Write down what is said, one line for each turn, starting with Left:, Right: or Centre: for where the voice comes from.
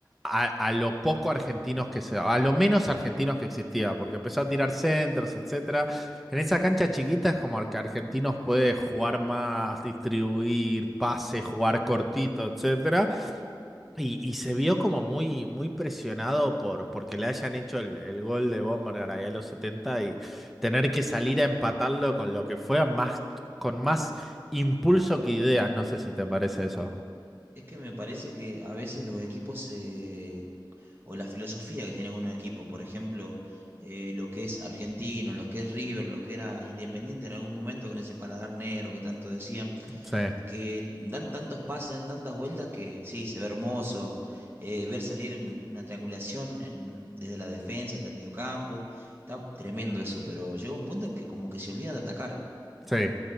Centre: a, a lo poco argentinos que se, a lo menos argentinos que existía, porque empezó a tirar centros, etcétera. En esa cancha chiquita es como al que argentinos puede jugar más, distribuir, pase, jugar cortito, etcétera. Y, y se vio como muy, muy presionado por porque le hayan hecho el, el gol de Bombergar ahí a los 70 y tener que salir a empatarlo con lo que fue más, con más impulso que ideas. No sé si te parece eso.
Right: Es que me parece que a veces los equipos se... o la filosofía que tiene algunos equipos, por ejemplo, eh, lo que es Argentino, lo que es River, lo que era Independiente en algún momento con ese paladar negro que tanto decían,
Centre: Sí.
Right: que dan tantos pases, dan tantas vueltas que sí, se ve hermoso, eh, ver salir un- una triangulación en- desde la defensa hasta el mediocampo, está tremendo eso, pero llega un punto en que como que se olvidan de atacar.
Centre: Sí,